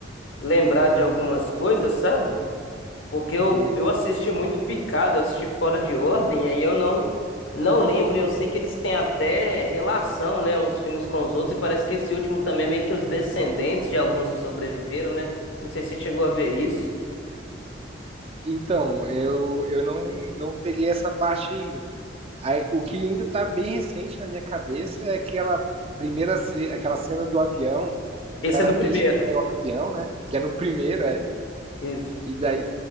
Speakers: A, on the left (about 85°); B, on the right (about 30°).
A: lembrar de algumas coisas, sabe? Porque eu,
B: Uhum.
A: eu assisti muito picado, eu assisti fora de ordem, aí eu não não lembro, e eu sei que eles têm até relação, né, uns filmes com os outros, e parece que esse último também é meio que os descendentes de alguns que sobreviveram, né? Não sei se você chegou a ver isso.
B: Então, eu, eu não, não peguei essa parte ainda. Aí, o que ainda tá bem recente na minha cabeça é aquela primeira ce- aquela cena do avião, que
A: Esse
B: o cara
A: é do
B: deixa
A: primeiro.
B: de pegar o avião, né? Que é no primeiro, é.
A: Isso.
B: E daí,